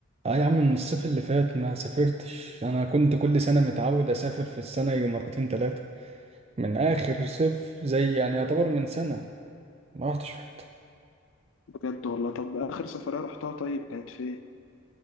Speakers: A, on the right (about 30°); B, on the left (about 70°).
A: اه يا عم من الصيف اللي فات ما سافرتش أنا كنت كل سنة متعود أسافر في السنة يجي مرتين تلاتة من آخر صيف زي يعني يعتبر من سنة ما رحتش في حتة
B: بجد والله طب اخر سفرية رحتها طيب كانت فين